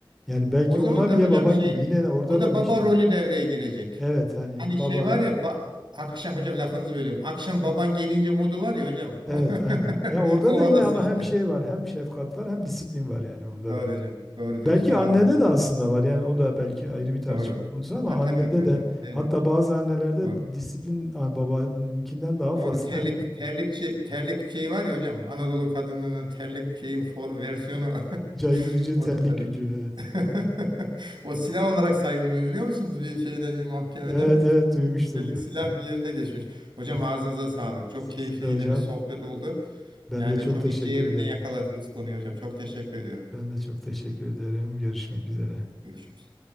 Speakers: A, in the centre; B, on the right.
A: Yani belki
B: O zaman
A: ona
B: da
A: bile
B: hocam
A: baba
B: şey
A: gibi. Yine de orada
B: o da
A: da bir
B: baba
A: şey.
B: rolü devreye girecek.
A: Evet hani
B: Hani
A: baba.
B: şey var ya ba- akşam hocam lafınızı bölüyorum. Akşam baban gelince modu var ya hocam. <laughs>
A: Evet aynen. Ya orada
B: O, o orası
A: da yine ama
B: işte.
A: hem şey var, hem şefkat var, hem disiplin var yani orada
B: Doğru
A: da.
B: hocam. Doğru diyorsunuz.
A: Belki annede
B: Ağzınız.
A: de aslında var. Yani o da belki ayrı
B: <laughs>
A: bir tartışma
B: Doğru.
A: konusu ama
B: Ha,
A: annede
B: tabii ki hocam.
A: de
B: Elbette.
A: hatta bazı annelerde
B: Doğru.
A: disiplin a, babanınkinden daha
B: Doğru.
A: fazla
B: Terlik terlik şey- terlik şeyi var ya hocam. Anadolu kadınının terlik şeyi form versiyonu <laughs> var.
A: <laughs> caydırıcı
B: O
A: terlik
B: da tabii.
A: gücü. Evet.
B: <laughs> O silah olarak sayılmıyor biliyor musunuz bir şeyde bir mahkemede?
A: Evet evet duymuştum.
B: Ellik silah
A: <laughs>
B: yerine geçmiş. Hocam
A: Evet.
B: ağzınıza sağlık. Çok
A: Sizin
B: keyifli
A: de
B: yine
A: hocam.
B: bir sohbet oldu.
A: Ben
B: Yani
A: de çok
B: çok
A: teşekkür
B: ince yerine
A: ederim.
B: yakaladınız konuyu hocam. Çok teşekkür ediyorum.
A: Ben de çok teşekkür ederim. Görüşmek üzere.
B: Görüşürüz.